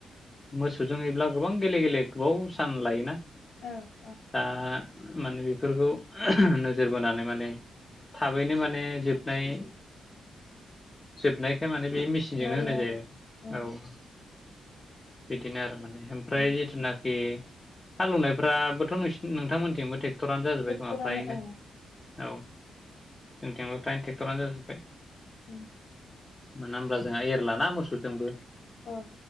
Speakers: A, on the left; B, on the left.
A: मोसौजोंहब्ला गोबां गेले गेले गोबाव सान लायोना
B: ओं
A: दा माने बेफोरखौ नोजोर बोनानै माने थाबैनो माने जोबनाय जोबनायखाय माने बे मेसिनजोंनो
B: नायो
A: होनाय
B: आरो
A: जायो
B: उम
A: आरो औ बिदिनो आरो माने ओमफ्राय
B: उम
A: जिथुनाखि हालेवनायफ्राबोथ' न नोंथांमोनथिंबो थे क्टरानो जाजोबबाय
B: ट्रेक्टरानो
A: खोमा फ्रायनो
B: ओं
A: औ जोंथेंबो फ्राइन ट्रेक्टरानो जाजोब्बाय
B: उ
A: मोना हब्ला जोंहा एरलाना मोसुरजोंबो
B: अ